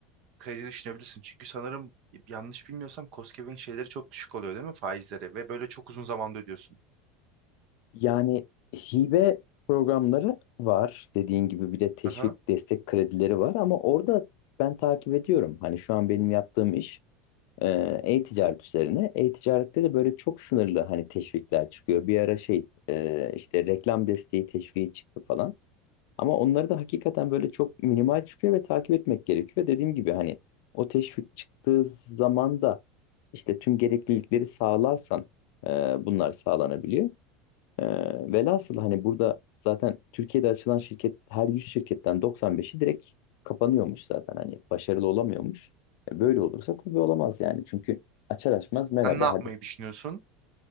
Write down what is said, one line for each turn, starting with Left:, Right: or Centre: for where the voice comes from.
Right: kredi düşünebilirsin. Çünkü sanırım yanlış bilmiyorsam KOSGEB'in şeyleri çok düşük oluyor değil mi faizleri ve böyle çok uzun zamanda ödüyorsun.
Left: Yani hibe programları var dediğin gibi bir de teşvik
Right: Aha.
Left: destek kredileri var ama orada ben takip ediyorum. Hani şu an benim yaptığım iş e, e-ticaret üzerine. E-ticarette de böyle çok sınırlı hani teşvikler çıkıyor. Bir ara şey e, işte reklam desteği teşviki çıktı falan. Ama onları da hakikaten böyle çok minimal çıkıyor ve takip etmek gerekiyor. Dediğim gibi hani o teşvik çıktığı zaman da işte tüm gereklilikleri sağlarsan e, bunlar sağlanabiliyor. Ee, velhasıl hani burada zaten Türkiye'de açılan şirket her 100 şirketten 95'i direkt kapanıyormuş zaten hani başarılı olamıyormuş. E, Böyle olursa tabii olamaz yani çünkü açar açmaz merhaba
Right: Sen ne yapmayı
Left: hadi.
Right: düşünüyorsun?